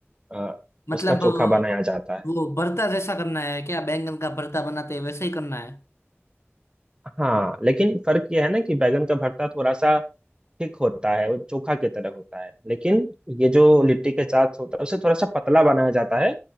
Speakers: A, on the right; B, on the left.
A: अ,
B: मतलब
A: उसका चोखा
B: अ,
A: बनाया जाता है
B: वो भरता जैसा करना है क्या बैंगन का भरता बनाते हैं वैसे ही करना है
A: हाँ लेकिन फर्क यह है ना कि बैगन का भरता थोड़ा सा थिक होता है वो चोखा की तरह होता है लेकिन ये जो लिट्टी के साथ होता है उसे थोड़ा सा पतला बनाया जाता है